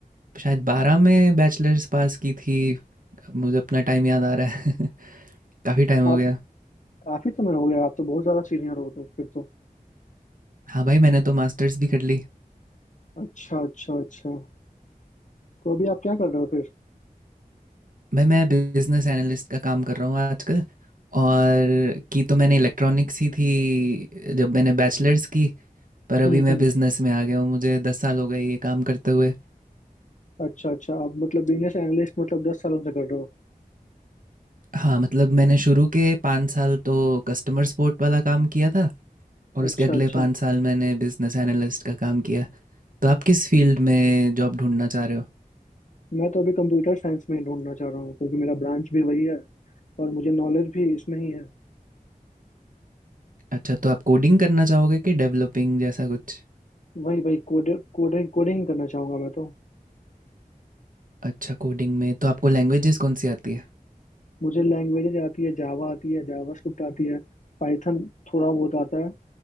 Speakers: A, on the right; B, on the left.
A: शायद 12 में बैचलर्स पास की थी मुझे अपना टाइम याद आ रहा है <laughs> काफ़ी टाइम
B: आप
A: हो गया
B: काफी समय हो गया आप तो बहुत ज्यादा सीनियर हो तो फिर तो
A: हाँ भाई मैंने तो मास्टर्स भी कर ली
B: अच्छा अच्छा अच्छा तो अभी आप क्या कर रहे हो फिर
A: भाई मैं बिजनेस एनालिस्ट का काम कर रहा हूँ आजकल और की तो मैंने इलेक्ट्रॉनिक्स ही थी जब मैंने बैचलर्स की पर अभी
B: हम्म हम्म
A: मैं बिजनेस में आ गया हूँ मुझे दस साल हो गए ये काम करते हुए
B: अच्छा अच्छा आप मतलब बिजनेस एनालिस्ट मतलब दस सालों से कर रहे हो
A: हाँ मतलब मैंने शुरू के पाँच साल तो कस्टमर सपोर्ट वाला काम किया था और
B: अच्छा
A: उसके अगले
B: अच्छा
A: पाँच साल मैंने बिजनेस एनालिस्ट का काम किया तो आप किस फील्ड में जॉब ढूंढना चाह रहे हो
B: मैं तो अभी कंप्यूटर साइंस में ही ढूंढना चाह रहा हूँ क्योंकि मेरा ब्रांच भी वही है और मुझे नॉलेज भी इसमें ही है
A: अच्छा तो आप कोडिंग करना चाहोगे कि डेवलपिंग जैसा कुछ
B: वही वही कोडिंग कोडिंग कोडिंग करना चाहूंगा मैं तो
A: अच्छा कोडिंग में तो आपको लैंग्वेजेस कौन सी आती है
B: मुझे लैंग्वेजेज आती है जावा आती है जावास्क्रिप्ट आती है पाइथन थोड़ा बहुत आता है